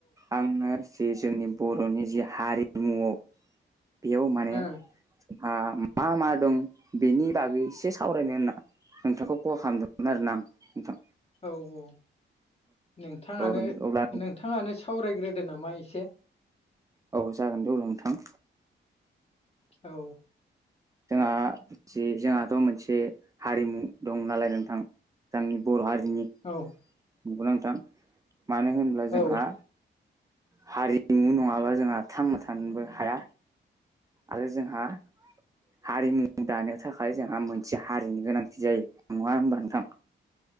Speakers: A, on the right (about 15°); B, on the left (about 30°).
A: आङो जि जोंनि बर'नि जि हारिमु बेयाव माने
B: औ
A: मा-मा-मा दं बेनि बागै एसे सावरायनो होनना नोंथांखौ कल खालामदोंमोन आरोना आं नोंथां।
B: औ-औ नोंथाङानो
A: औ अ अब्ला
B: नोंथाङानो सावरायग्रोदो नामा एसे
A: औ जागोन दे अब्ला नोंथां।
B: औ
A: जोंहा जि जोंहाथ' मोनसे हारिमु दं नालाय नोंथां जोंनि बर' हारिनि
B: औ।
A: नंगौना नोंथां मानो होनब्ला जोंहा
B: औ
A: हारिमु नङाबा जोंहा थांना थानोबो हाया। आरो जोंहा हारिमु दानो थाखाय जोंहा मोनसे हारिनि गोनांथि जायो नङा होमबा नोंथां?